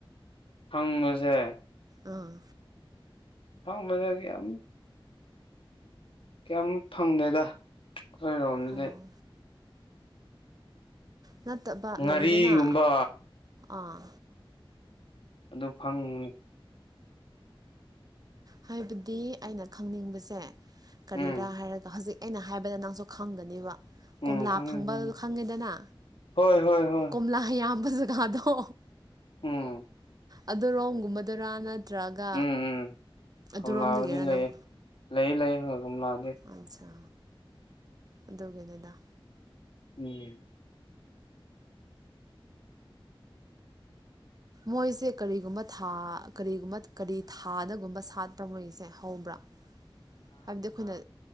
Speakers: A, on the left (about 75°); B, on the right (about 45°).
A: ꯍꯪꯕꯁꯦ
B: ꯑꯥ
A: <unintelligible> ꯌꯥꯝ ꯀꯌꯥꯝ ꯐꯪꯗꯦꯗ ꯑꯩꯈꯣꯏꯔꯣꯝꯗꯤ
B: ꯑꯣ ꯅꯠꯇꯕ
A: ꯉꯥꯔꯤꯒꯨꯝꯕ
B: ꯂꯩꯗꯅ ꯑꯥ
A: ꯑꯗꯨ ꯐꯪꯅꯤ
B: ꯍꯥꯏꯕꯗꯤ ꯑꯩꯅ ꯈꯪꯅꯤꯡꯕꯁꯦ ꯀꯔꯤꯔꯥ
A: ꯎꯝ
B: ꯍꯥꯏꯔꯒ ꯍꯧꯖꯤꯛ ꯑꯩꯅ ꯍꯥꯏꯕꯗ ꯅꯪꯁꯨ ꯈꯪꯒꯅꯦꯕ
A: ꯎꯝ
B: ꯀꯣꯝꯂꯥ
A: ꯈꯪꯉꯦ
B: ꯐꯪꯕ
A: ꯈꯪꯉꯦ
B: ꯈꯪꯉꯦꯗꯅ
A: ꯍꯣꯏ ꯍꯣꯏ ꯍꯣꯏ
B: ꯀꯣꯝꯂꯥ ꯌꯥꯝ ꯖꯒꯥꯗꯣ
A: ꯎꯝ
B: ꯑꯗꯨꯔꯣꯝꯒꯨꯝꯕꯗꯨꯔ ꯅꯠꯇ꯭ꯔꯒ
A: ꯎꯝ ꯎꯝ
B: ꯑꯗꯨꯔꯣꯝꯗꯒꯤꯔ
A: ꯀꯣꯝꯂꯥꯕꯨꯗꯤ ꯂꯩꯌꯦ
B: ꯅꯪ
A: ꯂꯩ ꯂꯩ ꯍꯣꯏ ꯀꯣꯝꯂꯥꯗꯤ
B: ꯑꯆꯥ ꯑꯗꯨꯗꯒꯦ ꯂꯩꯏꯗꯥ
A: ꯃꯤ
B: ꯃꯣꯏꯁꯦ ꯀꯔꯤꯒꯨꯝꯕ ꯊꯥ ꯀꯔꯤꯒꯨꯝꯕ ꯀꯔꯤ ꯊꯥꯗꯒꯨꯝꯕ ꯁꯥꯠꯄ꯭ꯔꯥ ꯃꯣꯏꯁꯦ ꯍꯧꯕ꯭ꯔꯥ
A: <inaudible>
B: ꯍꯥꯏꯕꯗꯤ ꯑꯩꯈꯣꯏꯅ